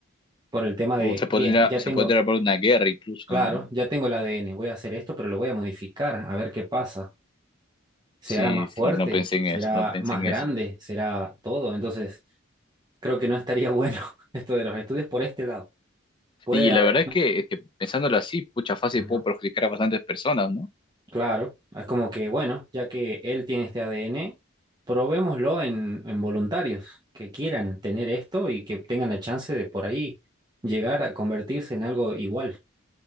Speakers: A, on the right (about 20°); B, on the left (about 25°).
A: por el tema
B: Uh,
A: de,
B: se podría,
A: bien, ya
B: se
A: tengo,
B: podría haber una guerra incluso,
A: claro,
B: ¿no?
A: ya tengo el ADN, voy a hacer esto, pero lo voy a modificar, a ver qué pasa. ¿Será
B: Sí,
A: más
B: sí,
A: fuerte?
B: no pensé en
A: ¿Será
B: eso, no pensé
A: más
B: en
A: grande?
B: eso.
A: ¿Será todo? Entonces, creo que no estaría bueno <laughs> esto de los estudios por este lado. Puede
B: Y la
A: haber
B: verdad es que, es que pensándolo así, pucha, fácil
A: una...
B: puedo perjudicar a bastantes personas, ¿no?
A: Claro, es como que, bueno, ya que él tiene este ADN, probémoslo en, en voluntarios que quieran tener esto y que tengan la chance de por ahí llegar a convertirse en algo igual.